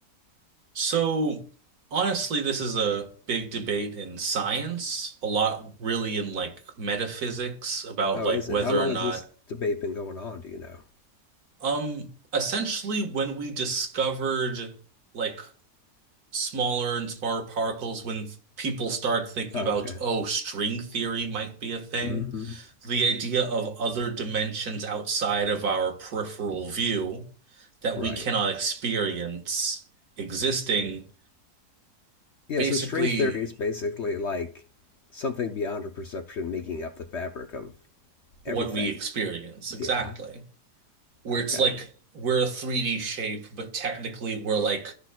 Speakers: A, on the right (about 65°); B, on the left (about 55°).
A: So, honestly, this is a big debate in science, a lot really in like metaphysics about
B: Oh,
A: like
B: is
A: whether
B: it? How long
A: or not,
B: has this debate been going on? Do you know?
A: um, essentially when we discovered like smaller and smaller particles, when people start thinking
B: Oh,
A: about,
B: okay.
A: oh, string theory might be a thing,
B: hmm
A: the idea of other dimensions outside of our peripheral view that
B: Right.
A: we cannot experience existing
B: Yeah,
A: basically.
B: so string theory is basically like something beyond our perception making up the fabric of
A: what
B: everything.
A: we experience exactly.
B: Yeah.
A: Where
B: Okay.
A: it's like we're a 3D shape, but technically we're like